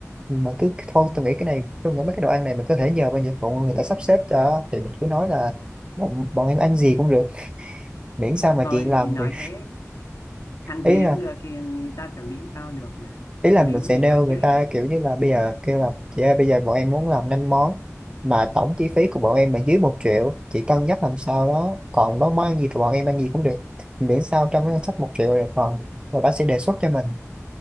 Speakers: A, on the right; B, on the left.
A: mà cứ thôi tôi nghĩ cái này tôi nghĩ mấy cái đồ ăn này mình có thể nhờ bên dịch vụ người ta sắp xếp cho thì mình cứ nói là bọn, bọn em ăn gì cũng được miễn sao mà
B: Thôi,
A: chị làm
B: ấy nói
A: thì
B: thế, ăn gì
A: ý
B: cũng được thì người ta chuẩn bị sao được mà.
A: ý là
B: Mình
A: mình
B: cũng
A: sẽ
B: phải
A: nêu
B: đặt trước
A: người
B: ấy.
A: ta kiểu như là bây giờ kêu là chị ơi bây giờ bọn em muốn làm 5 món mà tổng chi phí của bọn em là dưới một triệu chị cân nhắc làm sao đó còn đó món ăn gì thì bọn em ăn gì cũng được miễn sao trong cái ngân sách một triệu là được còn rồi bác sẽ đề xuất cho mình